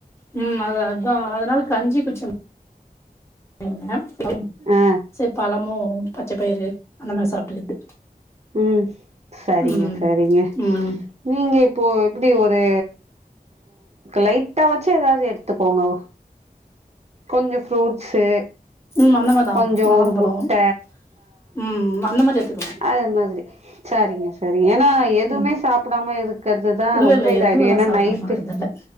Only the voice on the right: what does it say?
ஆ
உம் சரிங்க
சரிங்க
நீங்க இப்போ எப்டி ஒரு லைட்டா வாச்சு எதாவது எடுத்துக்கோங்க கொஞ்சோ ஃப்ரூட்ஸு.
கொஞ்சோ
ஒரு முட்ட
அந்த மாதிரி சரிங்க சரிங்க ஏன்னா எதுவுமே
சாப்புடாம இருக்குறதுதா
ரொம்ப
இதாயிடோ
ஏன்னா
நைட்டு